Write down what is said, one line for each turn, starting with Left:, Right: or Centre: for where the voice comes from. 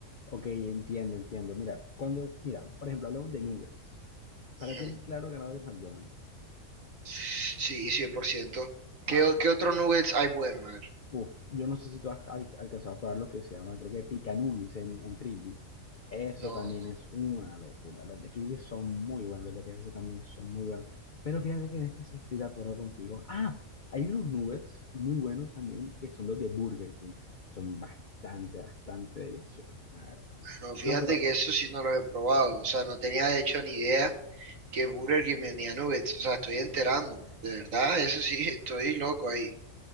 Left: ok, entiendo, entiendo. Mira, cuando, mira, por ejemplo, hablamos de nuggets. Para
Right: Ujú.
Left: ti el claro ganador es McDonald's.
Right: Sí, cien por ciento ¿Qué,
Left: Ah,
Right: o-
Left: pa-
Right: qué otros nuggets hay bueno? A ver.
Left: Uf, yo no sé si tú has al- alcanzado a probar lo que se llama, creo que picanugis en, en frisbee. Eso
Right: No,
Left: también
Right: no.
Left: es una locura. Los de frisbee son muy buenos, los de KFC también son muy buenos. Pero fíjate que en este sí estoy de acuerdo contigo. Ah, hay unos nuggets muy buenos también que son los de Burger King. Son bastante, bastante deliciosos, la verdad.
Right: No, fíjate
Left: No, pero
Right: que eso sí no los he probado. O sea, no tenía de hecho ni idea que Burger King vendía nuggets. O sea, estoy enterándome. De verdad, eso sí, <laughs> estoy loco ahí.